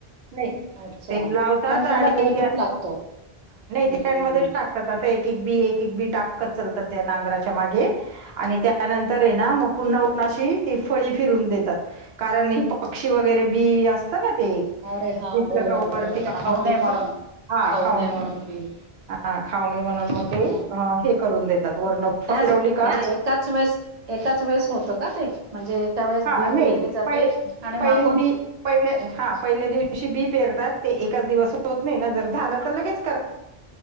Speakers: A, on the right (about 80°); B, on the right (about 50°).
A: नाही
B: अच्छा
A: ते लावतात
B: पण त्याला
A: आणि
B: वेळ खूप लागतो हम्म
A: ते काय ते मधेच टाकतात असं एक एक बी एक एक बी टाकत चालतात त्या नांगराच्या मागे आणि त्या त्यानंतर आहे
B: बर
A: ना मग पुन्हा ऊणाशी ते फळी फिरून देतात कारण हे पक्षी वगैरे बी असतात ना ते
B: अरे हा
A: दिसलं
B: बरोबर
A: का
B: बरोबर
A: वरती
B: ते
A: हा,
B: खाऊ
A: मग
B: नये
A: खाऊन-
B: म्हणून
A: हा
B: खाऊ
A: खावणे
B: नये म्हणून बी
A: हा खावणे
B: अच्छा
A: म्हणून मग ते अ, हे करून देतात वर्ण
B: त्याच
A: फिरवली का
B: म्हणजे एकाच वेळेस एकाच वेळेस होतं का ते म्हणजे एका वेळेस
A: हा
B: बी
A: नाही
B: पेरली जाते
A: प
B: आणि मागून
A: पहिले बी पहिले हा पहिल्या दिवशी बी पेरतात ते एकाच दिवस होत नाही ना जर झालं तर लगेच